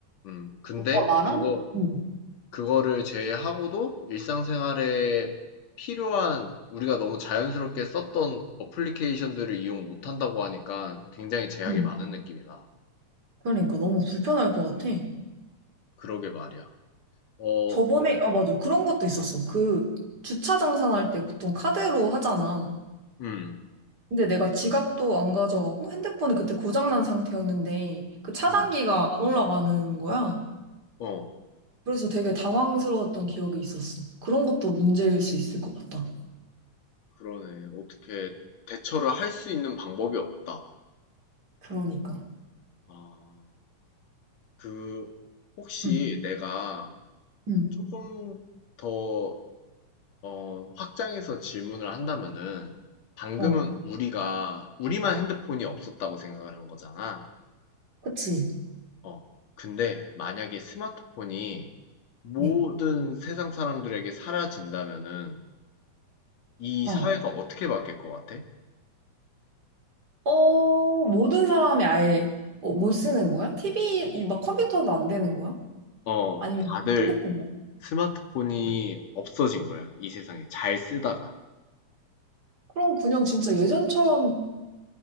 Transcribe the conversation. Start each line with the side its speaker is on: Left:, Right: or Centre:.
Left: 음. 근데
Right: 너가
Left: 그거
Right: 말한? 응,
Left: 그거를 제외하고도 일상생활에 필요한 우리가 너무 자연스럽게 썼던 어플리케이션들을 이용 못 한다고 하니까 굉장히 제약이
Right: 응.
Left: 많은 느낌이다.
Right: 그러니까 너무 불편할 것 같아.
Left: 그러게 말이야. 어,
Right: 저번에, 아, 맞아. 그런 것도 있었어. 그 주차 정산할 때 보통 카드로 하잖아.
Left: 음,
Right: 근데 내가 지갑도 안 가져가고 핸드폰이 그때 고장난 상태였는데 그 차단기가
Left: 음,
Right: 안 올라가는 거야.
Left: 어,
Right: 그래서 되게 당황스러웠던 기억이 있었어. 그런 것도 문제일 수 있을 것 같다.
Left: 그러네. 어떻게 대처를 할 수 있는 방법이 없다.
Right: 그러니까.
Left: 아. 그 혹시
Right: 응,
Left: 내가
Right: 응,
Left: 조금 더 어, 확장해서 질문을 한다면은 방금은
Right: 어,
Left: 우리가 우리만 핸드폰이 없었다고 생각을 한 거잖아.
Right: 그치.
Left: 어. 근데 만약에 스마트폰이 모든
Right: 네.
Left: 세상 사람들에게 사라진다면은 이
Right: 어.
Left: 사회가 어떻게 바뀔 것 같아?
Right: 어, 모든 사람이 아예 어, 못 쓰는 거야? TV, 이 막 컴퓨터도 안 되는 거야?
Left: 어,
Right: 아니면
Left: 다들
Right: 핸드폰
Left: 스마트폰이 없어진 거야. 이 세상에 잘 쓰다가
Right: 그럼 그냥 진짜 예전처럼